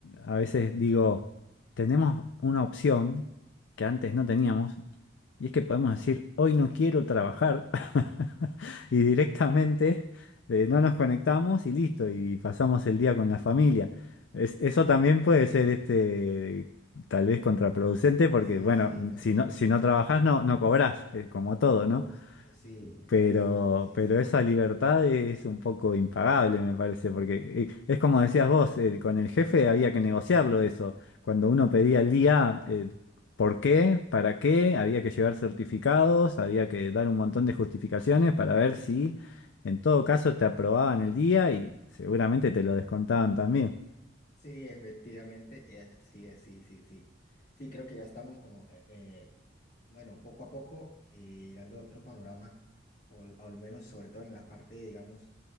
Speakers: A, on the left; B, on the left.
A: a veces digo, tenemos una opción que antes no teníamos, y es que podemos decir, hoy no quiero trabajar, <laughs> y directamente eh, no nos conectamos y listo, y pasamos el día con la familia. Es- eso
B: Sí,
A: también puede
B: es
A: ser
B: cierto.
A: este, tal vez contraproducente, porque
B: Sí,
A: bueno,
B: sí, también.
A: si no, si no trabajás no, no cobrás, eh, como todo,
B: Loco,
A: ¿no?
B: sí, efectivamente,
A: Pero,
B: sí,
A: pero
B: sí.
A: esa libertad es un poco impagable, me parece, porque eh, es como decías vos, eh, con el jefe había que negociarlo eso. Cuando uno pedía el día, eh, ¿por qué? ¿Para qué? Había que llevar certificados, había que dar un montón de justificaciones para ver si en todo caso te aprobaban el día y seguramente te lo descontaban también.
B: Sí, efectivamente, eh, sí, eh, sí, sí, sí. Sí, creo que ya estamos como, eh, eh, bueno, poco a poco eh, llegando a otro panorama, o, o al menos sobre todo en la parte, digamos,